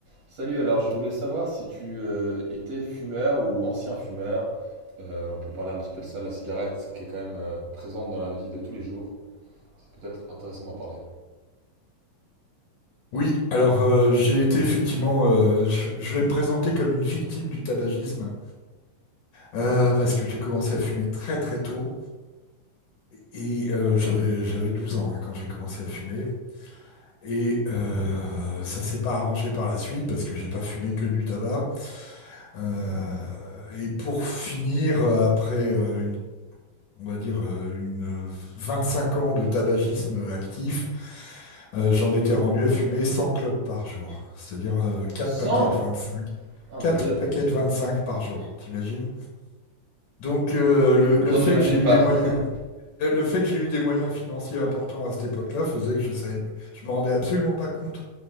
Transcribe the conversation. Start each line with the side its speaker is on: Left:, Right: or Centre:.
Right: Salut, alors je voulais savoir si tu euh, étais fumeur ou ancien fumeur. Euh, on peut parler un petit peu de ça, de la cigarette, c'est- qui est quand même euh, présente dans la vie de tous les jours. C'est peut-être intéressant d'en parler.
Left: Oui, alors euh, j'ai été effectivement, euh, je, je vais me présenter comme une victime du tabagisme euh, parce que j'ai commencé à fumer très très tôt et euh, j'avais j'avais 12 ans hein, quand j'ai commencé à fumer et euh, ça s'est pas arrangé par la suite parce que j'ai pas fumé que du tabac Euh, et pour finir euh, après euh, une on va dire, euh, une 25 ans de tabagisme actif, euh, j'en étais rendu à fumer 100 clopes par jour, c'est-à-dire euh, 4
Right: 100.
Left: paquets de 25.
Right: Ah mon
Left: quatre
Right: Dieu!
Left: paquets de 25 par jour, t'imagines? Donc euh, le,
Right: Non,
Left: le fait
Right: j'imagine
Left: que j'ai eu
Right: pas.
Left: des moyens,
Right: <laughs>
Left: le, le fait que j'ai eu des moyens financiers importants à cette époque-là faisait que je savais, je me rendais absolument pas compte